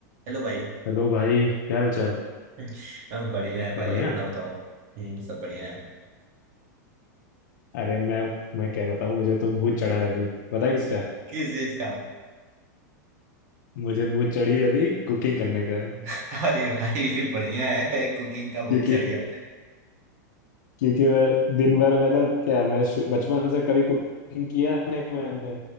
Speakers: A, on the right; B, on the left.
A: Hello भाई
B: हेलो भाई क्या हाल चाल
A: <laughs> हम बढ़िया है भाई
B: सब बढ़िया
A: अपना बताओ हम्म सब बढ़िया है
B: अरे मैं मैं क्या बताऊं मुझे तो भूत चढ़ा है अभी पता है किसका
A: किस चीज का
B: मुझे भूत चढ़ी है अभी कुकिंग करने का
A: <laughs> अरे भाई बढ़िया है कुकिंग का भूत
B: क्योंकि
A: चढ़ गया
B: क्योंकि मैं दिन भर मतलब क्या मैं शु- बचपन से कभी कुकिंग किया नहीं मैंने